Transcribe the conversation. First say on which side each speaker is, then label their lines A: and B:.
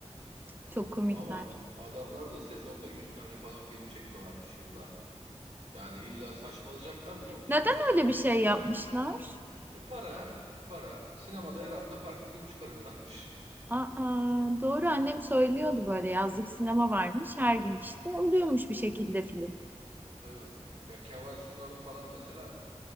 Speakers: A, on the right; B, on the right.
A: çok komikler.
B: Ama adamlar da sezonda 100 tane falan film çekiyorlarmış yılda. Yani illa saçmalayacaklar bir noktada.
A: Neden
B: yüz tane
A: öyle
B: film
A: bir şey
B: çıkar
A: yapmışlar?
B: mı ya? E para, para. Sinemada her hafta farklı film çıkarıyorlarmış.
A: Aa, doğru annem söylüyordu böyle yazlık sinema varmış her gün işte oluyormuş bir şekilde film.
B: <laughs> Tabii. Ya Kemal Sunal'ın falan mesela